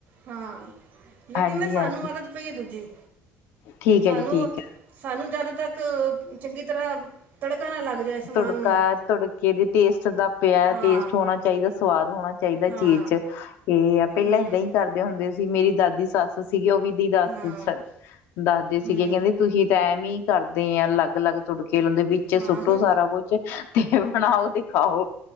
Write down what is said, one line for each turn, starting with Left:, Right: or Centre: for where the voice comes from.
Right: ਹਾਂ ਲੇਕਿਨ
Left: ਹਾਂਜੀ
Right: ਸਾਨੂੰ
Left: ਹਾਂਜੀ
Right: ਆਦਤ ਪਈ ਹੈ ਦੂਜੀ
Left: ਠੀਕ
Right: ਸਾਨੂੰ
Left: ਹੈ ਜੀ ਠੀਕ ਹੈ
Right: ਸਾਨੂੰ ਜਦ ਤੱਕ ਚੰਗੀ ਤਰ੍ਹਾਂ ਤੜਕਾ ਨਾ ਲੱਗ ਜਾਏ ਸਮਾਨ
Left: ਤੜਕਾ
Right: ਨੂੰ
Left: ਤੜਕੇ ਦੇ ਟੇਸਟ ਦਾ ਪਿਆ
Right: ਹਾਂ
Left: ਟੇਸਟ ਹੋਣਾ ਚਾਹੀਦਾ ਸਵਾਦ ਹੋਣਾ ਚਾਹੀਦਾ
Right: ਹਾਂ
Left: ਚੀਜ਼ ਚ ਇਹ ਏ ਪਹਿਲਾਂ
Right: ਹੂੰ
Left: ਏਦਾਂ ਹੀ ਕਰਦੇ ਹੁੰਦੇ ਸੀ ਮੇਰੀ ਦਾਦੀ ਸੱਸ ਸੀ, ਸੀਗੀ ਉਹ ਵੀ ਦੀ ਦੱਸ
Right: ਹਾਂ
Left: ਦੱਸਦੇ ਸੀਗੇ
Right: ਹੂੰ
Left: ਕਹਿੰਦੇ ਤੁਸੀਂ ਤਾਂ ਐ ਵੀ। ਕਰਦੇ ਆ ਅਲੱਗ ਅਲੱਗ ਤੁੜਕੇ ਲਾਂਦੇ। ਵਿਚੇ
Right: ਹਾਂ
Left: ਸੁੱਟੋ ਸਾਰਾ ਕੁੱਛ ਤੇ ਬਣਾਓ ਤੇ ਖਾਓ।